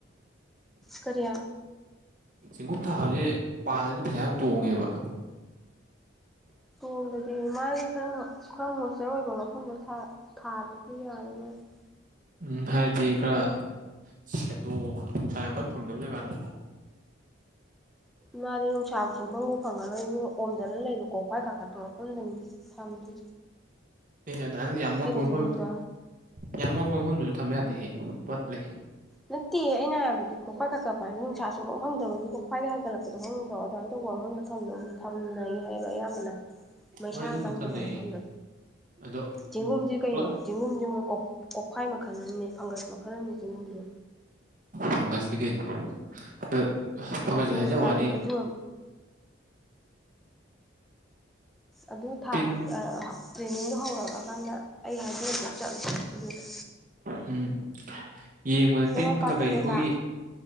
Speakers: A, in the centre; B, on the right.
A: ꯀꯔꯤꯌꯥ
B: ꯆꯦꯡꯒꯨꯝ ꯊꯥꯕꯁꯦ ꯄꯥꯜꯂꯗꯤ ꯄꯩꯁꯥ ꯌꯥꯝ ꯇꯣꯡꯉꯦꯕ
A: ꯇꯣꯡꯗꯗꯤ ꯃꯥꯒꯤ ꯈꯔ ꯈꯔ ꯃꯣꯏꯆꯔ ꯑꯣꯏꯕ ꯃꯐꯝꯗꯣ ꯊꯥ ꯊꯥꯗꯗꯤ ꯌꯥꯔꯣꯏ <unintelligible>
B: ꯎꯝ ꯍꯥꯏꯕꯗꯤ ꯈꯔ ꯁꯦꯗꯣ ꯅꯨꯡꯁꯥ ꯌꯥꯝ ꯀꯟ ꯐꯪꯗꯕ ꯖꯒꯥꯗ
A: ꯃꯥꯥꯗꯤ ꯅꯨꯡꯁꯥꯕꯨ ꯁꯨꯡꯐꯪ ꯕꯨ ꯐꯪꯉꯥꯔꯣꯢ ꯏꯕꯨꯉꯣ ꯑꯣꯝꯖꯜꯂ ꯂꯩꯕ ꯀꯣꯐꯥꯏ ꯀꯥꯈꯠꯄ ꯝꯐꯝꯗꯅꯤ ꯊꯝꯗꯤ
B: ꯑꯗꯥꯏ ꯅꯥꯗꯤ ꯌꯥꯝ ꯃꯣꯠꯄ ꯃꯐꯝ
A: ꯆꯦꯡꯒꯨꯝꯗꯣ
B: ꯌꯥꯝ ꯃꯣꯠꯄ ꯃꯐꯝꯗꯁꯨ ꯊꯝ ꯌꯥꯗꯦꯍꯦ ꯄꯠꯂꯦ
A: ꯅꯠꯇꯦ ꯑꯩꯅ ꯍꯥꯏꯕꯗꯤ ꯀꯣꯐꯥꯏ ꯀꯀꯛꯂꯛꯄ ꯍꯥꯏꯗꯤ ꯅꯨꯡꯁꯥ ꯁꯨꯡꯐꯪ ꯐꯪꯗꯕꯒꯤ ꯀꯣꯛꯐꯥꯏ ꯒ ꯍꯥꯏꯒꯠꯂꯛꯄꯗꯣ ꯈꯪꯗꯔꯣ ꯑꯗꯥꯏ ꯇꯧꯕ ꯃꯐꯝ ꯗꯣ <unintelligible> ꯊꯝꯅꯩ ꯍꯥꯏꯕ ꯑꯌꯥꯝꯕꯅ ꯃꯩꯁꯥ
B: ꯍꯣꯏ ꯑꯗꯨꯕꯨꯗꯤ
A: ꯆꯪꯗꯕ
B: ꯊꯝꯅꯩꯌꯦ
A: ꯃꯐꯝꯗ
B: ꯑꯗꯣ
A: ꯆꯦꯡꯒꯨꯝꯁꯤ ꯀꯩꯅꯣ
B: ꯄꯨꯂꯞ
A: ꯆꯦꯡꯒꯨꯝꯖꯦ ꯃꯣꯢ ꯀꯣꯛꯈꯥꯏ ꯃꯈꯜ ꯑꯃꯅꯤ ꯐꯪꯒꯁ ꯃꯈꯜ ꯑꯃꯅꯤꯅꯦ ꯆꯦꯡꯒꯨꯝꯁꯨ
B: ꯐꯪꯒꯁꯅꯤ ꯀꯩꯅꯣ ꯑ ꯐꯪꯒꯁꯅꯦ
A: ꯑꯗꯨꯅ
B: ꯍꯥꯏꯖꯋꯥꯅꯤ
A: ꯉꯥꯁꯨ ꯑꯗꯨ ꯑꯗꯨ ꯊꯥ
B: ꯇꯤꯟ
A: ꯑꯥ ꯇ꯭ꯔꯦꯅꯤꯡꯗꯣ ꯍꯧꯔꯛꯑꯀꯥꯟꯗ ꯑꯩ ꯍꯥꯏꯕꯤꯔꯛꯀꯦ ꯆꯠꯂꯨ ꯑꯗꯨꯗ
B: ꯎꯝ ꯌꯦꯡꯕꯗ
A: ꯄꯣꯔꯣꯝꯄꯥꯠꯇꯅꯦꯕ
B: ꯇꯤꯟ ꯀꯩ ꯀꯩ ꯑꯩꯈꯣꯏꯒꯤ